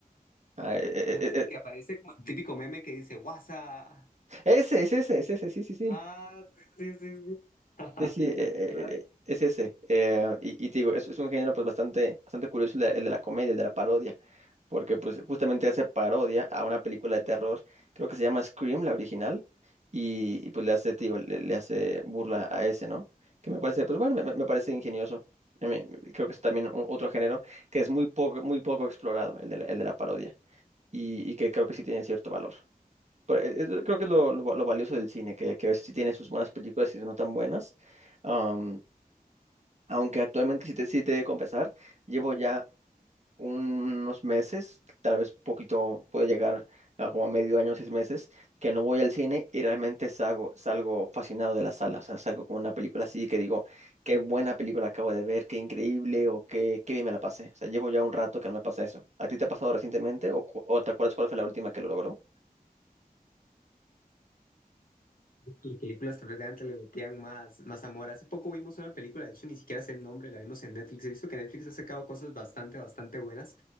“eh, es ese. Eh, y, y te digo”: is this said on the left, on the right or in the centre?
Right